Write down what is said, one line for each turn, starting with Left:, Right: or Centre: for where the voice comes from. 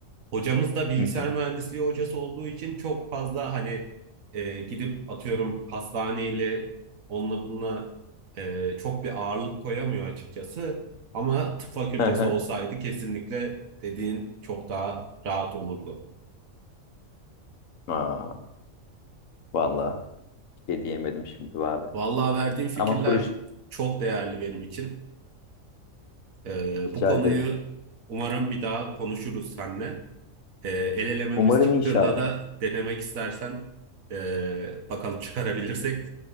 Right: Hocamız da bilgisayar
Left: hı.
Right: mühendisliği hocası olduğu için çok fazla hani e, gidip atıyorum hastaneyle onunla bununla e, çok bir ağırlık koyamıyor açıkçası. Ama tıp fakültesi
Left: Hı hı.
Right: olsaydı kesinlikle dediğin çok daha rahat olurdu.
Left: Aa, vallahi. şey diyemedim şimdi abi.
Right: Vallahi verdiğin fikirler
Left: Ama proje
Right: çok değerli benim için. Ee,
Left: rica
Right: bu konuyu
Left: ederim.
Right: umarım bir daha konuşuruz seninle. Ee, el elememiz
Left: Umarım
Right: çıktığında
Left: inşallah.
Right: da denemek istersen ee, bakalım çıkarabilirsek